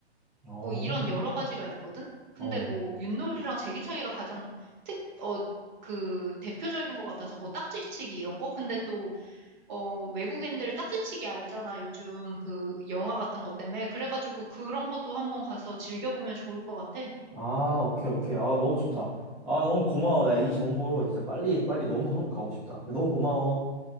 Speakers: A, in the centre; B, on the right.
A: 어,
B: 뭐 이런 여러 가지가 있거든? 근데
A: 어.
B: 뭐 윷놀이랑 제기차기가 가장 특, 어, 그 대표적인 것 같아서 뭐 딱지치기 이런 거? 근데 또, 어, 외국인들 딱지치기 알잖아. 요즘 그 영화 같은 것 때문에. 그래가지고 그런 것도 한번 가서 즐겨보면 좋을 것 같아.
A: 아, 오케이, 오케이. 아, 너무 좋다. 아, 너무 고마워. 나 이 정보로 진짜 빨리, 빨리 너무 한국 가고 싶다. 너무 고마워.